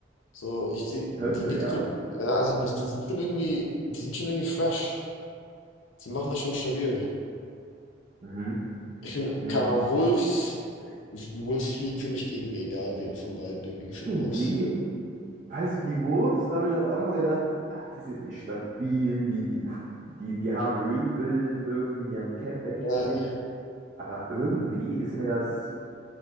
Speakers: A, on the left; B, on the right.
A: So, ich sehe,
B: Könnte,
A: die Knicks
B: ja.
A: können, ja, also, die, die sind schon irgendwie, die sind schon irgendwie fresh. Die machen das schon stabil.
B: Mhm.
A: Ich bin,
B: Mhm.
A: keine Ahnung, Wolves, Wolves fliegen für mich gegen egal wen von beiden irgendwie gefühlt
B: Irgendwie
A: raus.
B: Weißt du, die Wolves habe ich am Anfang gedacht, ja, die sind nicht stabil, die, die, die, die haben rebuildet irgendwie, die haben Cat weggetradet.
A: Ja,
B: Aber irgendwie ist mir das